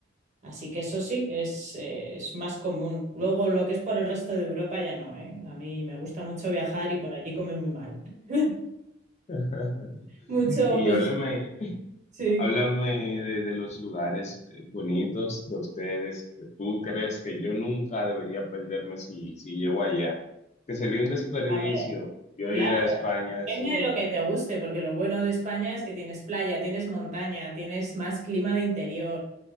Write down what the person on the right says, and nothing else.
Así que eso sí, es, eh, es más común. Luego, lo que es por el resto de Europa ya no, ¿eh? A mí me gusta mucho viajar y por allí comer muy mal. <laughs>
Mucho,
pues
sí.
A ver.
Claro,
depende
de lo que te guste, porque lo bueno de España es que tienes playa, tienes montaña, tienes más clima de interior.